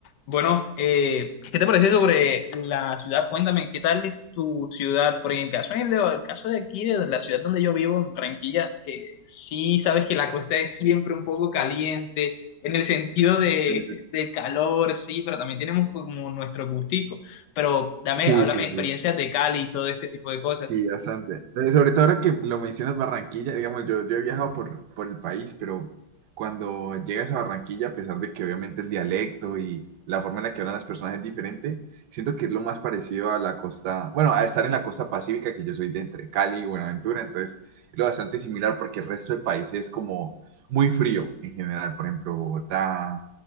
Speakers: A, on the left; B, on the right.
A: Bueno, eh, ¿qué te parece sobre la ciudad? Cuéntame, ¿qué tal es tu ciudad? Porque en caso, en el de, el caso de aquí, de la ciudad donde yo vivo, en Barranquilla, eh, sí sabes que la costa es siempre un poco caliente, en el sentido de,
B: Sí,
A: de calor, sí, pero también tenemos como nuestro gustico. Pero dame,
B: sí,
A: háblame
B: sí,
A: de
B: sí,
A: experiencias
B: sí.
A: de Cali y todo este tipo de cosas.
B: Sí, bastante. Eh, Sobre todo ahora que lo mencionas Barranquilla, digamos, yo, yo he viajado por, por el país, pero cuando llegas a Barranquilla, a pesar de que obviamente el dialecto y la forma en la que hablan las personas es diferente, siento que es lo más parecido a la costa, bueno, a estar en la costa pacífica, que yo soy de entre Cali y Buenaventura, entonces es lo bastante similar porque el resto del país es como muy frío en general, por ejemplo, Bogotá.